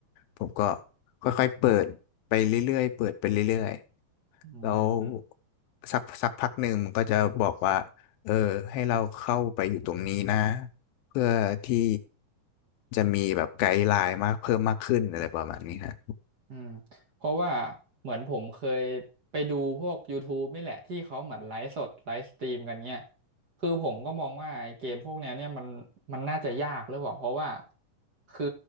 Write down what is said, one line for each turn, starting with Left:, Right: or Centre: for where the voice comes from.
Left: ผมก็ค่อยๆเปิด ไปเรื่อยๆ เปิดไปเรื่อยๆแล้ว
Right: อืม
Left: สักสักพักหนึ่งมันก็จะบอกว่าเออให้เราเข้าไปอยู่ตรงนี้นะเพื่อที่จะมีแบบไกด์ไลน์มากเพิ่มมากขึ้นอะไรประมาณนี้ฮะ
Right: อืมเพราะว่าเหมือนผมเคยไปดูพวก YouTube นี่แหละที่เขาเหมือนไลฟ์สดไลฟ์สตรีมกันเนี่ยคือผมก็มองว่าไอ้เกมพวกแนวเนี่ยมันมันน่าจะยากหรือเปล่าเพราะว่าคือ